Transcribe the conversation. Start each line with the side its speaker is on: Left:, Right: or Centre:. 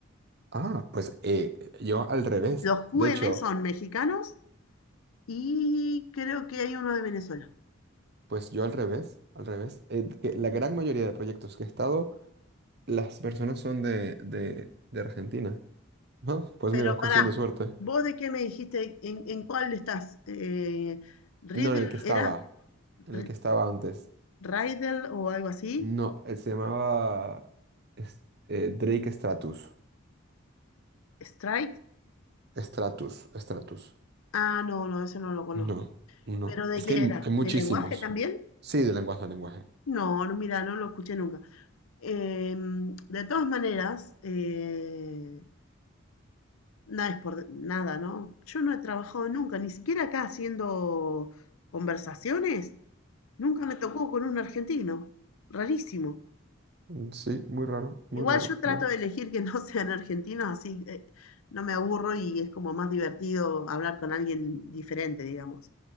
Right: Ah, pues eh, yo al revés.
Left: Los QM
Right: De hecho,
Left: son mexicanos Y creo que hay uno de Venezuela.
Right: Pues yo al revés, al revés. Eh, que la gran mayoría de proyectos que he estado, las personas son de, de, de Argentina. Ah, Pues
Left: Pero
Right: mira, es cuestión
Left: pará,
Right: de suerte.
Left: ¿vos de qué me dijiste? ¿En, en cuál estás? Eh, Riddle,
Right: No, en el que estaba,
Left: ¿era
Right: en
Left: R-
Right: el que estaba antes.
Left: Riddle o algo así?
Right: No, él se llamaba es- eh, Drake Stratus.
Left: ¿Strike?
Right: Stratus, Stratus.
Left: Ah, no, no, ese no lo conozco.
Right: No, no.
Left: ¿Pero de
Right: Es
Left: qué
Right: que hay,
Left: era?
Right: hay muchísimos.
Left: ¿De lenguaje también?
Right: Sí, de lenguaje a lenguaje.
Left: No, no, mira, no lo escuché nunca. Em, de todas maneras, eh, nada es por nada, ¿no? Yo no he trabajado nunca, ni siquiera acá haciendo conversaciones, Nunca me tocó con un argentino, rarísimo.
Right: Ujú. Sí, muy raro, muy
Left: Igual
Right: raro.
Left: yo trato
Right: No.
Left: de elegir que <laughs> no sean argentinos, así eh, no me aburro y es como más divertido hablar con alguien diferente, digamos.